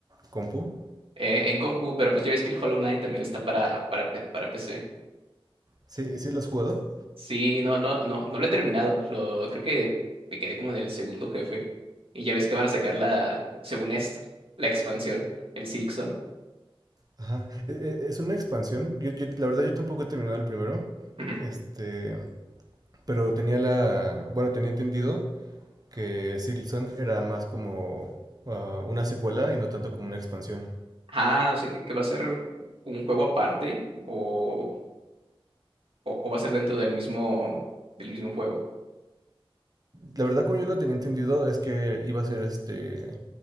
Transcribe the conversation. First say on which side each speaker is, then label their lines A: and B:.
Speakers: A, on the right; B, on the right.
A: compu.
B: eh, en compu, pero pues ya ves que el Hollow Knight también está para, para, P- para PC.
A: Sí, sí lo has jugado.
B: Sí, no, no, no, no lo he terminado. Lo, creo que me quedé como en el segundo jefe. Y ya ves que van a sacar la, según esto, la expansión, el Silk Song.
A: Ajá, e- e- es una expansión. Yo, yo- la verdad yo tampoco he terminado el primero.
B: Ujú.
A: Este, pero tenía la, bueno, tenía entendido que Silksong era más como ah, una secuela y no tanto como una expansión.
B: Ah, o sea, que, que va a ser un juego aparte o, o, o va a ser dentro del mismo, del mismo juego.
A: La verdad, como yo lo tenía entendido, es que iba a ser este